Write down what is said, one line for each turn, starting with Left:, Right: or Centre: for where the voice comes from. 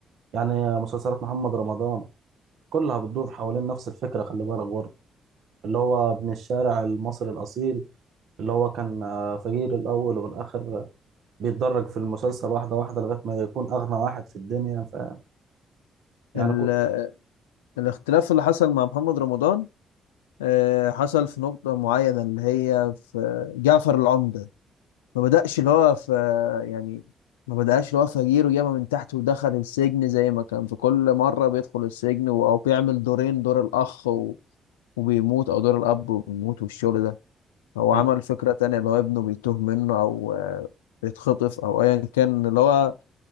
Right: يعني مسلسلات محمد رمضان كلها بتدور حوالين نفس الفكرة خلي بالك برضه اللي هو ابن الشارع المصري الأصيل اللي هو كان آه، فقير الأول والآخر آه، بيتدرج في المسلسل واحدة واحدة لغاية ما يكون أغنى واحد في الدنيا فاهم يعني
Left: ال...
Right: كو...
Left: الاختلاف اللي حصل مع محمد رمضان آه، حصل في نقطة معينة اللي هي في جعفر العمدة ما بدأش اللي هو في يعني ما بدأش اللي هو فجير وجابه من تحت ودخل السجن زي ما كان في كل مرة بيدخل السجن و- أو بيعمل دورين دور الأخ و- وبيموت أو دور الأب وبيموت والشغل ده هو
Right: أيوه
Left: عمل فكرة تانية اللي هو ابنه بيتوه منه أو آه، بيتخطف أو أيا كان اللي هو